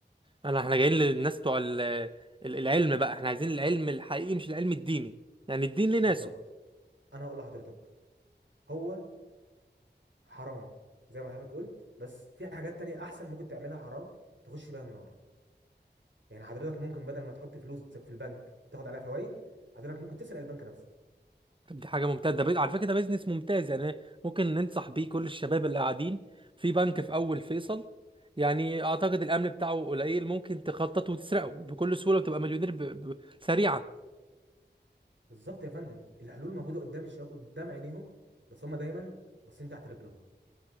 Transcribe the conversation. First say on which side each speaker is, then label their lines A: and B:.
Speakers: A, on the right; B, on the right.
A: انا احنا جايين للناس بتوع ال- ال- العلم بقى احنا عايزين العلم الحقيقي مش العلم الديني يعني الدين ليه
B: بالظبط
A: ناسه
B: انا هقول لحضرتك هو حرام زي ما حضرتك قلت بس في حاجات تانية احسن ممكن تعملها حرام تخش بيها النار يعني حضرتك ممكن بدل ما تحط فلوسك في البنك تاخد عليها فوائد حضرتك ممكن تسرق البنك نفسه
A: طب دي حاجة ممتازة ده بي- على فكرة ده بيزنس ممتاز يعني ممكن ننصح بيه كل الشباب اللي قاعدين في بنك في اول فيصل يعني اعتقد الامن بتاعه قليل ممكن تخطط وتسرقه بكل سهولة وتبقى مليونير ب... ب... سريعا
B: بالظبط يا فندم الحلول موجودة قدام الشباب قدام عينيهم بس هما دايما باصين تحت رجلهم